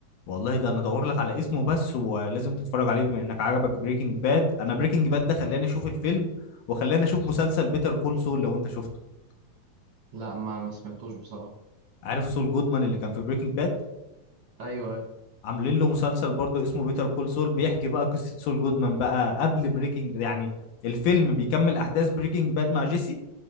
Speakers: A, on the left; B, on the right.
A: والله ده انا ادور لك على اسمه بس ولازم تتفرج عليه بما انك عجبك بريكنج باد انا بريكنج باد ده خلاني
B: مم.
A: اشوف الفيلم وخلاني اشوف مسلسل بيتر كول سول لو انت شفته
B: لا ما ما سمعتوش بصراحة
A: عارف سول جودمان اللي كان في بريكنج باد
B: أيوه أيوه
A: عاملين له مسلسل برضو اسمه بيتر كول سول بيحكي بقى قصة سول جودمان بقى قبل بريكنج يعني الفيلم بيكمل احداث بريكنج باد مع جيسي